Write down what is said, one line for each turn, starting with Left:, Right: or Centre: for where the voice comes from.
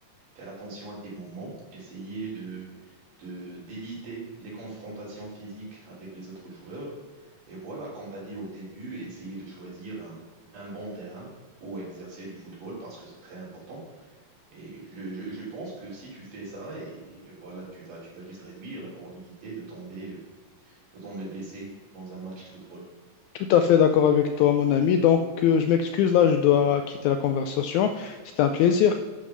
Right: faire attention à tes mouvements, essayer de, de, d'éviter les confrontations physiques avec les autres joueurs. Et voilà, comme tu as dit au début, essayer de choisir un, un bon terrain où exercer du football parce que c'est très important. Et je, je- je pense que si tu fais ça, et voilà, tu vas, tu vas juste réduire la probabilité de tomber, euh, de tomber blessé dans un match football.
Left: Tout à fait d'accord avec toi, mon ami. Donc, euh, je m'excuse, là, je dois quitter la conversation. C'était un plaisir.